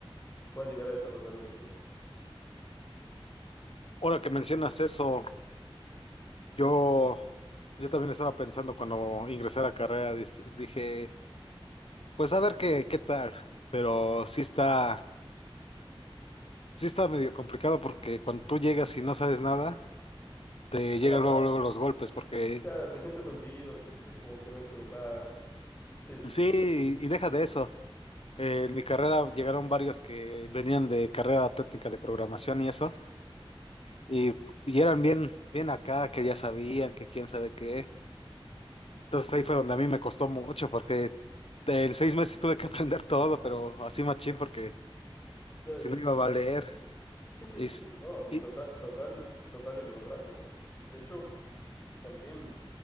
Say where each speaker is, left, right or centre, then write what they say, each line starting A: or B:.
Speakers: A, on the left; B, on the left.
A: puedan llegar a desarrollarlo muy bien.
B: Ahora que mencionas eso, yo, yo también estaba pensando cuando ingresé a la carrera, dis- dije, pues a ver qué, qué tal. Pero sí está, sí está medio complicado porque cuando tú llegas y no sabes nada, te llegan
A: Claro,
B: luego, luego los golpes, porque
A: ya te sientes hundido, te sientes como que no es tu lugar. Sí, sí,
B: sí,
A: sí.
B: y y deja de eso. Eh, en mi carrera llegaron varios que venían de carrera técnica de programación y eso, y, y eran bien, bien acá, que ya sabían, que quién sabe qué. Entonces ahí fue donde a mí me costó mucho, porque en seis meses tuve que <laughs> aprender todo, pero así machín, porque
A: Ya,
B: si no iba a valer.
A: Sí, sí,
B: Y,
A: sí,
B: s-
A: sí, no, y
B: y,
A: total, total, total y lo lograste, ¿no? De hecho, También